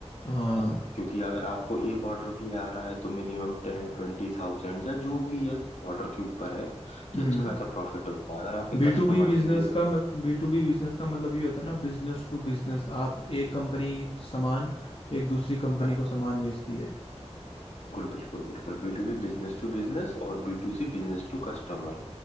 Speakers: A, on the left; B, on the left.
A: हाँ
B: है ना क्योंकि अगर आपको एक ऑर्डर भी आ रहा है तो मिनिमम टेन ट्वेंटी थाउजेंड या जो भी है ऑर्डर के ऊपर है कि
A: हम्म
B: अच्छा खासा प्रॉफिट होता है अगर आप एक
A: बी
B: कस्टमर
A: टू बी बिजनेस
B: से ले रहे हो
A: का मत बी टू बी बिजनेस का मतलब ये होता है ना बिजनेस टू बिजनेस आप एक कंपनी सामान एक दूसरी कंपनी
B: करेक्ट
A: को सामान बेचती है
B: बिल्कुल बिल्कुल बिल्कुल B to B business to business और B to C business to customer